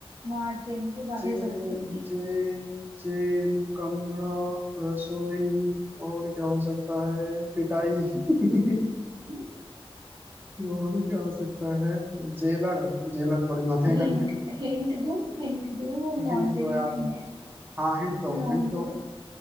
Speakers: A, on the right; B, on the right.
A: वहाँ जेल में तो ज्यादा
B: जेल
A: ही जरूरत पड़ती
B: जेल जेल कमरा रसोई और क्या हो सकता है पिटाई <laughs>
A: है <laughs>
B: और क्या हो सकता है जेलर जेलर थोड़ी ना आते हैं
A: हिंट
B: घर में
A: हिंट दूं हिंट दूं वो
B: हिंट
A: नॉन लिविंग
B: दो यार
A: थिंग है
B: हाँ हिंट दो
A: Non
B: हिंट दो
A: living